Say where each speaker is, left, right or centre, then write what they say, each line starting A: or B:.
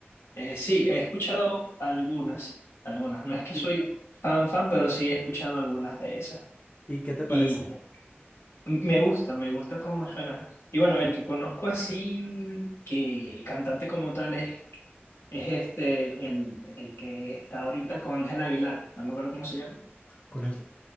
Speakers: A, on the left; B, on the left.
A: Eh, sí, he escuchado algunas, algunas. No es que
B: Sí.
A: soy fan fan, pero sí he escuchado algunas de esas.
B: ¿Y qué te parece?
A: Y me gusta, me gusta cómo suena. Y bueno, el que conozco así, que cantante como tal es, es este, el, el que está ahorita con Ángel Aguilar. No me acuerdo cómo se llama.
B: Con el...